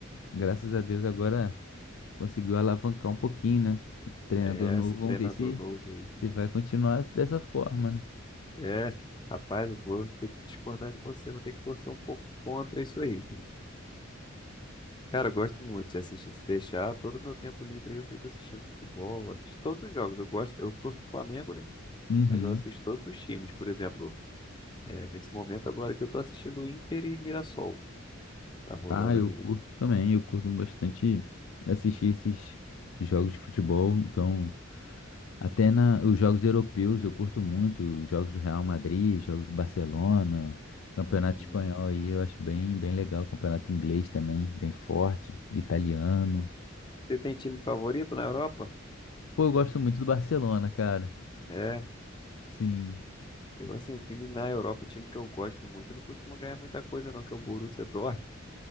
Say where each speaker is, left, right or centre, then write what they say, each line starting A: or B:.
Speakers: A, on the left; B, on the left.
A: graças a Deus agora conseguiu alavancar um pouquinho, né? Esse treinador
B: É,
A: novo,
B: esse treinador
A: vamos ver se,
B: novo aí.
A: se vai continuar dessa forma, né?
B: É, rapaz, eu vou ter que discordar de você, vou ter que torcer um pouco contra isso aí. Cara, eu gosto muito de assistir. Se deixar, todo o meu tempo livre aí eu fico assistindo futebol, assisto todos os jogos. Eu gosto, eu torço pro Flamengo, né?
A: Uhum.
B: Mas eu assisto todos os times, por exemplo. é, nesse momento agora que eu tô assistindo Inter e Mirassol. Tá rolando
A: Ah, eu
B: ali.
A: curto também, eu curto bastante assistir esses jogos de futebol. Então, até na, os jogos europeus eu curto muito, os jogos do Real Madrid, jogos do Barcelona, campeonato
B: Hum.
A: espanhol aí eu acho bem, bem legal, campeonato inglês também, bem forte, italiano.
B: Você tem time favorito na Europa?
A: Pô, eu gosto muito do Barcelona, cara.
B: É.
A: Sim,
B: Eu, assim, o time na Europa, o time que eu gosto muito, eu não costumo ganhar muita coisa não, que é o Borussia Dortmund.